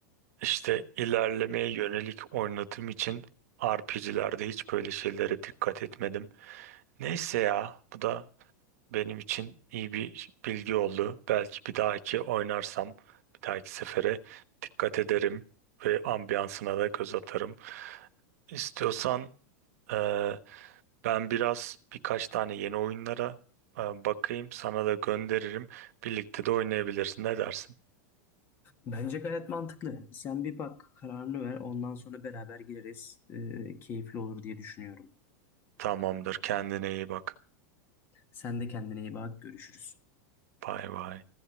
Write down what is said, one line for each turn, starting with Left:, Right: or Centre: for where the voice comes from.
Right: işte ilerlemeye yönelik oynadığım için RPG'lerde hiç böyle şeylere dikkat etmedim. Neyse ya bu da Benim için iyi bir bilgi oldu. Belki bir dahaki oynarsam, bir dahaki sefere dikkat ederim ve ambiyansına da göz atarım. İstiyorsan eee, ben biraz birkaç tane yeni oyunlara eee, bakayım, sana da gönderirim. Birlikte de oynayabilirsin. Ne dersin?
Left: Bence gayet mantıklı. Sen bir bak, kararını ver. Ondan sonra beraber gireriz. Ee, keyifli olur diye düşünüyorum.
Right: Tamamdır. Kendine iyi bak.
Left: Sen de kendine iyi bak. Görüşürüz.
Right: Bay bay.